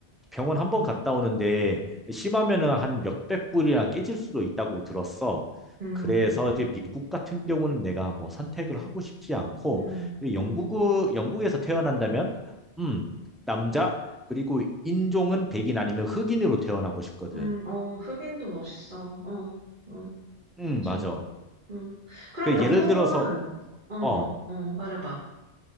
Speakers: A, in the centre; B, on the right.
A: 병원 한 번 갔다 오는데 심하면은 한 몇백 불이나 깨질 수도 있다고 들었어.
B: 음,
A: 그래서 이제 미국 같은 경우는 내가 뭐 선택을 하고 싶지 않고
B: 음,
A: 영국
B: 음,
A: 영국에서 태어난다면 음 남자 그리고 인종은 백인 아니면 흑인으로 태어나고 싶거든.
B: 음, 어, 흑인도 멋있어. 어, 어,
A: 음
B: 맞아.
A: 맞아.
B: 음. 그럼
A: 그
B: 영국은,
A: 예를 들어서
B: 어, 어,
A: 어,
B: 말해봐.